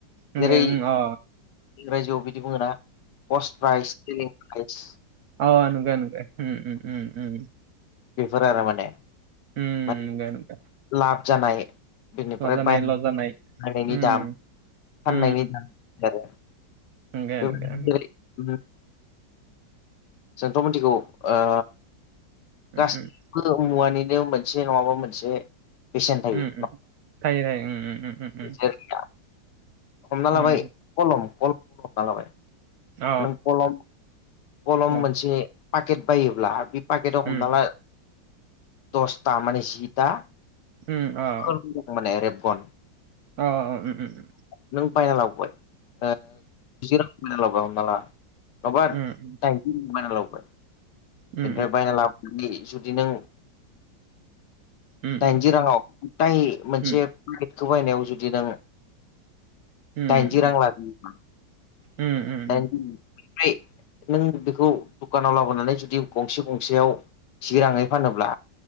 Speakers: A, on the right; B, on the left.
A: नंगौ
B: जेरै इंराजियाव बिदि बुङोना पस्ट प्राइज सेलिं प्राइज
A: औ नंगो नंगो उम उम उम
B: बेफोर आरो माने
A: उम
B: माने
A: नंगो नंगो
B: लाब जानाय बेनिफ्राय
A: लाब जानाय
B: बाय बायनायनि
A: लस जानाय उम
B: दाम फाननायनि
A: उम
B: दाम आरो
A: नंगो
B: <unintelligible>
A: नंगो उम
B: जोंथ' मिथिगौ ओ गासैबो
A: उम
B: मुवानिनो मोनसे नङाबा मोनसे बेसेन थायो
A: उम उम थायो थायो उम उम उम उम
B: जेरै हमना लाबाय
A: उम
B: कलम कलमखौनो हमना लाबाय
A: अ
B: नों कलम कलम
A: खलम
B: मोनसे पाकेट बायोब्ला बे पाकेटाव
A: उम
B: हमना ला दसथा माने जिथा
A: उम अ
B: खोलोम दं माने रेबगन।
A: अ उम उम उम
B: नों बायना लाबोबाय ओ जेराव बायना लाबोआ हमना ला <unintelligible>
A: उम
B: दाइन होना बायना लाबोबाय
A: उम
B: बेनिफ्राय बायना लाबोनानै जुदि नों
A: उम
B: दाइनजि
A: उम
B: राङाव ताय मोनसे
A: उम
B: पेकेटखौ बायनायाव जुदि नों
A: उम
B: दाइजि रां लाबोयोबा <unintelligible>
A: उम उम
B: दायनजि <unintelligible> फ्राय नों बेखौ दुकानाव लाबोनानै जुदि गंसे गंसेयाव जि राङै फानोब्ला